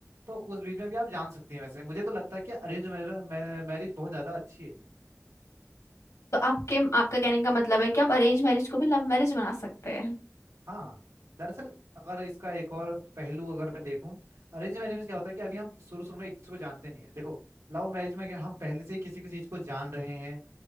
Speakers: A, on the right; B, on the left.
A: तो उस बीच में भी आप जान सकती हैं वैसे मुझे तो लगता है कि अरेंज मैरिज बहुत ज्यादा अच्छी है
B: तो आपके आपका कहने का मतलब है कि हम अरेंज मैरिज को भी लव मैरिज बना सकते हैं
A: हाँ दरअसल अगर इसका एक और पहलू अगर मैं देखूं अरेंज मैरिज में क्या होता है कि अभी हम शुरू शुरू में एक दूसरे को जानते नहीं है देखो लव मैरिज में क्या हम पहले से ही किसी किसी चीज को जान रहे हैं